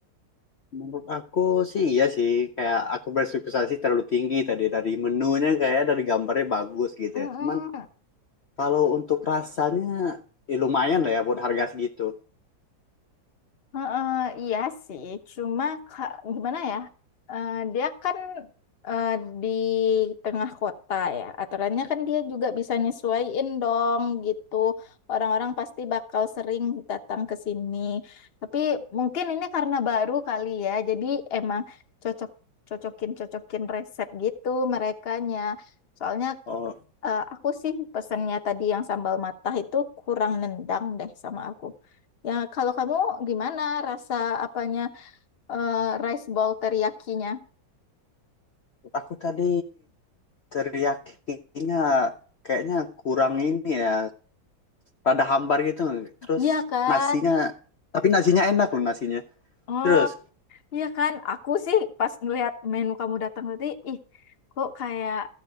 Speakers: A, on the left; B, on the left.
A: menurut aku sih iya sih. Kayak aku berspekkulasi terlalu tinggi tadi. Dari menunya kayak dari gambarnya bagus gitu
B: Mm-mm.
A: ya. Cuman kalau untuk rasanya ya lumayan lah ya buat harga segitu.
B: Heeh, iya sih, cuma ka- gimana ya? Eh, dia kan eh, di tengah kota ya. Aturannya kan dia juga bisa nyesuaiin dong gitu. Orang-orang pasti bakal sering datang ke sini. Tapi mungkin ini karena baru kali ya. Jadi emang cocok cocokin cocokin resep gitu merekanya. Soalnya
A: Oh,
B: Eh, aku sih pesennya tadi yang sambal matah itu kurang nendang deh sama aku. Ya, kalau kamu gimana rasa apanya eh, rice bowl teriyakinya?
A: menurut aku tadi teriyakinya kayaknya kurang ini ya. Rada hambar gitu. Terus
B: Iya kan?
A: nasinya, tapi nasinya enak loh nasinya.
B: Oh,
A: Terus
B: iya kan? Aku sih pas ngelihat menu kamu datang tadi, ih, kok kayak